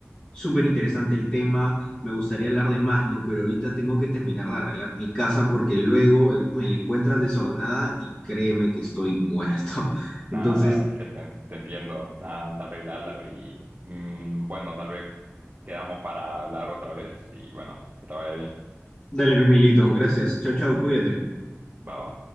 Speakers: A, on the left (about 30°); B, on the right (about 40°).
A: súper interesante el tema, me gustaría hablar de más, ¿no? Pero ahorita tengo que terminar de arreglar mi casa porque luego eh, me la encuentran desordenada y créeme que estoy muerto. <laughs>
B: Nada,
A: Entonces,
B: la verdad es que te, te entiendo. Nada, anda a arreglarla y mm, bueno, tal vez quedamos para hablar otra vez y bueno, que te vaya bien.
A: dale, pues Miguelito, gracias, chau, chau, cuídate.
B: Va, va.